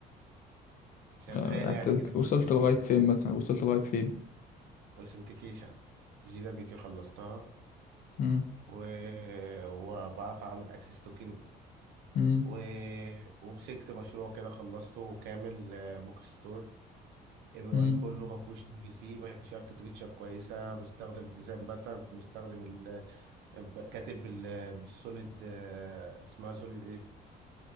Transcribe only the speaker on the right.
شغال
يعني كده مع
نفسي
كده
اوثنتيكيشن جي دبليو تي خلصتها
و... وبعرف اعمل اكسس توكن
و... ومسكت مشروع كده خلصته كامل بوك ستور ام
اي كله ما فيهوش ام في سي ماشي اركتكتشر كويسه مستخدم ديزاين باتر مستخدم ال... ب- كاتب بال... بالسوليد آه، اسمها سوليد ايه